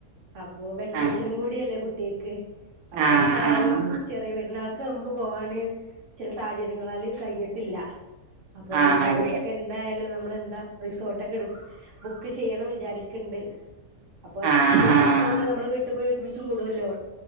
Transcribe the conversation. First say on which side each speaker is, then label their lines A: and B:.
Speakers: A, on the right; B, on the right.
A: അപ്പോ വെക്കേഷനും
B: ആഹ്
A: കൂടിയല്ലേ കുട്ടി ട്ടീക്ക് അപ്പൊ
B: ആഹ്
A: എന്തായാലും
B: ആഹ്
A: ചെറിയ പെരുന്നാൾക്ക് നമുക്ക് പോ പോവാന് ചില സാഹചര്യങ്ങളാല് കഴിഞ്ഞിട്ടില്ല അപ്പൊ
B: ആഹ്
A: വലിയ പെരുന്നക്കെന്തായാലുമൊന്നു
B: അത് ശരി
A: നമ്മളെന്താ റിസോർട്ടക്കെ എടു ബുക്ക് ചെയ്യണം വിചാരിക്കണ്ട് അപ്പൊ
B: ആഹ്
A: പെരുന്നാക്ക്
B: ആഹ്
A: നമ്മൾ നമ്മള വീട്ട് പോയി ഒരുമിച്ച് കൂടുല്ലോ